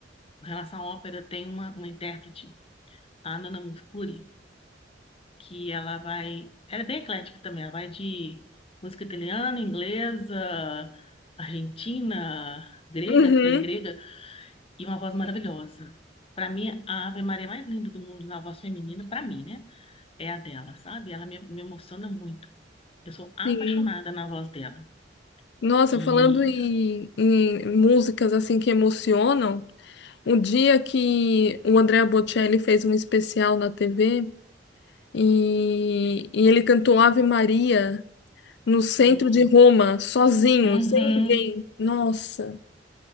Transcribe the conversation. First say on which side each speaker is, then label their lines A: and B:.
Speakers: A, on the left; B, on the left.
A: em relação à ópera, tem uma, uma intérprete, a Nana Mouskouri, que ela vai... Ela é bem eclética também, ela vai de música italiana, inglesa, argentina, grega,
B: Uhum,
A: porque ela é grega, e uma voz maravilhosa. Pra mim, a Ave Maria mais linda do mundo na voz feminina, pra mim, né? É a dela, sabe? Ela me, me emociona muito. Eu sou apaixonada
B: sim.
A: na voz dela.
B: Nossa,
A: E.
B: falando em, em músicas assim que emocionam, um dia que o Andrea Bocelli fez um especial na TV e, e ele cantou Ave Maria. no centro
A: Hum,
B: de Roma, sozinho,
A: uhum.
B: sem ninguém. Nossa,